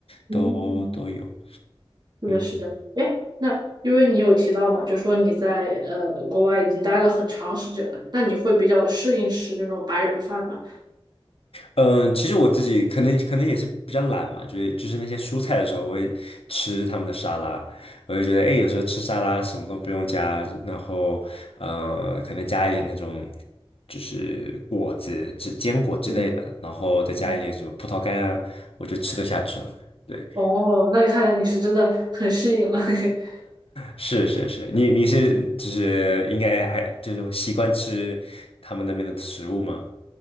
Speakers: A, on the right; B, on the left.
A: 嗯，
B: 都都有。
A: 是的，
B: 嗯。
A: 是的。哎，那因为你有提到嘛，就说你在呃国外已经待了很长时间了，那你会比较适应吃那种白人饭吗？
B: 嗯，其实我自己可能可能也是比较懒嘛，就是就是那些蔬菜的时候，我会吃他们的沙拉，我就觉得哎，诶有时候吃沙拉什么都不用加，然后呃，可能加一点那种就是果子、只坚果之类的，
A: 嗯
B: 然后再加一点什么葡萄干啊，
A: 嗯，
B: 我就吃得下去了。对，
A: 哦，那你看来你是真的很适应了。<laughs>
B: 是是是，你你是就是应该还就是习惯吃他们那边的食物吗？